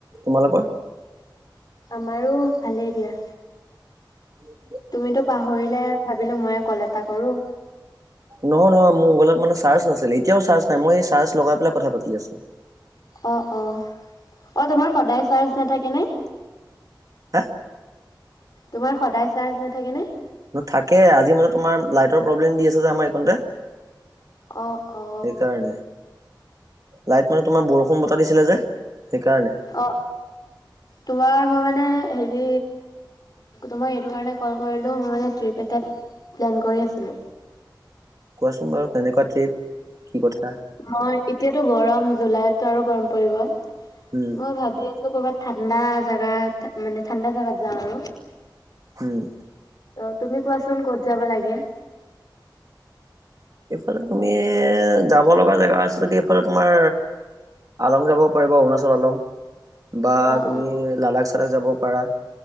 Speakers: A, on the right; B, on the left.
A: তোমালোকৰ।
B: আমাৰো ভালেই দিয়া।
A: অ।
B: তুমিতো পাহৰিলাই ভাবিলো মই কল এটা কৰো।
A: নহয় নহয় মোৰ মোবাইল মানে চাৰ্জ নাছিল এতিয়াও চাৰ্জ নাই মই চাৰ্জ লগাই পেলাই কথা পাতি আছো।
B: অ অ অ তোমাৰ সদায় চাৰ্জ নাথাকে নে।
A: হা।
B: তোমাৰ সদায় চাৰ্জ নাথাকেনে।
A: ন থাকে আজি মানে তোমাৰ লাইটৰ প্ৰব্লেম দি আছে যে আমাৰ এইখনতে।
B: অ অ
A: সেইকাৰণে লাইট মানে তোমাৰ বৰষুণ বতা দিছিলে যে। সেইকাৰণে
B: অ। তোমাৰ মই মানে হেৰি তোমই এইটো কাৰণে কল কৰিলোঁ মই মানে ট্ৰিপ এটাত। প্লেন কৰি আছিলো।
A: কোৱাচোন বাৰু কেনেকুৱা ট্ৰিপ কি কথা।
B: হয় এতিয়াতো গৰম জুলাইতো আৰু গৰম পৰিব
A: উম
B: মই ভাবি আ। ছো কৰ'বাত ঠাণ্ডা জাগাত মানে ঠাণ্ডা জাগাত যাওঁ আৰু।
A: উম।
B: ত তুমি কোৱাচোন ক'ত যাবা লাগে।
A: এইফালে তুমি যাব লগা জেগা আছে যদি এইফালে তোমাৰ। আলং যাব পাৰা বা অৰুণাচল আলং বা
B: অ
A: তুমি
B: অ
A: লাডাখ চাদাক যাব পাৰা।